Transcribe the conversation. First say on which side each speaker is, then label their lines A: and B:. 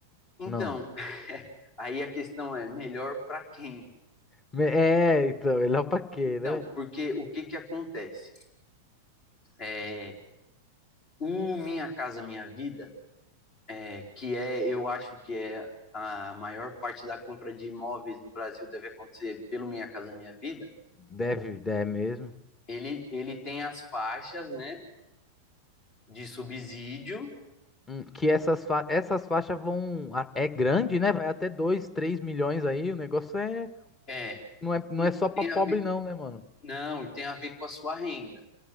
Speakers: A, on the left; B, on the left.
A: Então,
B: Não.
A: <laughs> aí a questão é melhor para quem?
B: Me- É, então, melhor pra quê,
A: Então,
B: né?
A: porque o que que acontece? É, o Minha Casa Minha Vida, é, que é, eu acho que é a maior parte da compra de imóveis no Brasil deve acontecer pelo Minha Casa Minha Vida
B: Deve, é mesmo.
A: Ele, ele tem as faixas, né, de subsídio,
B: Hum, Que essas, fa essas faixas vão. a- É grande, né? Vai até 2, 3 milhões aí. O negócio é.
A: é,
B: Não é, não
A: e
B: é só pra
A: tem
B: pobre,
A: a ver,
B: não, né, mano?
A: não, e tem a ver com a sua renda.